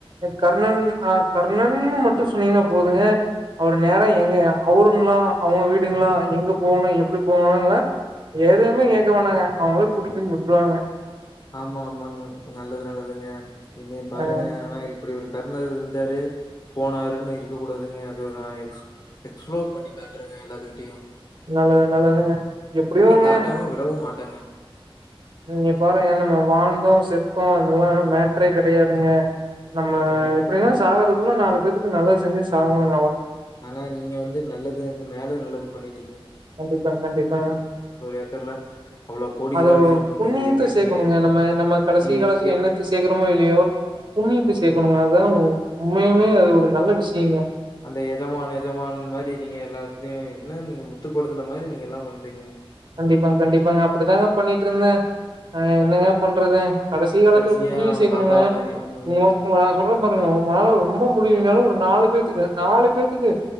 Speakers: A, on the right (about 55°); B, on the left (about 45°).
A: கர்ணன் அஹ் கர்ணன் மட்டு சொன்னீங்கன்னா போதுங்க அவரு நேரா எங்க அவருங்களா அவுங்க வீடுங்களா எங்கப் போகணு எப்டி போகணுல்லா எதுவுமே கேக்க வேணாங்க அவங்களே கூட்டிடு வந்து உட்ருவாங்க
B: ஆமா ஆமாங் நல்லது நல்லதுங்க இன்னி பாருங்க
A: ஆ
B: ஆனா இப்படி ஒரு கர்ணர் இருந்தாரு போனாருன்னு இருக்க கூடாதுங்க அது நா எக்ஸ் எக்ஸ்பிளோர் பண்ணி காட்டுறங்க எல்லாத்துக்கிட்டயு
A: நல்லது நல்லதுங்க எப்படியூங்க
B: காட்டாம விடவும் மாட்டேங்க.
A: நீங்க பாருங்க என்னமோ வாழ்ந்தோ செத்தோ அதெல்லா மேட்டரே கெடையாதுங்க நம்ம
B: ம்
A: எப்டினா சாகற குள்ள நாலு பேத்துக்கு நல்லது செஞ்ச சாகோணுங்
B: ஆனா நீங்க வந்து நல்லது எனக்கு மேல நல்லத் து பண்ணிட்
A: கண்டிப்பா கண்டிப்பாங்க
B: ஏக்கர்ல அவ்ளோ கோடிலாம்
A: அது
B: வச்சிருந்தீங்கங்கிறீங்க.
A: புண்ணியத்த சேக்கணுங்க
B: நீங்க
A: நம்ம நம்ம கடைசி
B: நீங்க
A: காலத்துல
B: கே
A: என்னத்ந சேர்க்கறமோ இல்லையோ புண்ணியத் த சேக்கணுங்க அதாங்க உம்மையால்மே அது ஒரு நல்ல விஷயங்க
B: அந்த எஜமானு எஜமான் மாரி நீங்க எல்லாத்தையு என்ன நீங்க முத்துப்படத்துல மாரி நீங்க எல்லாம் பண்றீங்க
A: கண்டிப்பாங்க கண்டிப்பாங்க அப்படித்தாங்க பண்ணிட்டுருந்த அஹ் என்னங்க பண்றது கடைசி காலத்துல
B: கடைசியா
A: புண்ணியோ
B: அவங்க
A: சேக்கணுங்க
B: அப்பா மாரி ம்.
A: உங்க உங்க நா சொல்ற பாருங்க <unintelligible> ரொம்ப முடியலனாலு ஒரு நாலு பேத்துக்கு நாலு பேத்துக்கு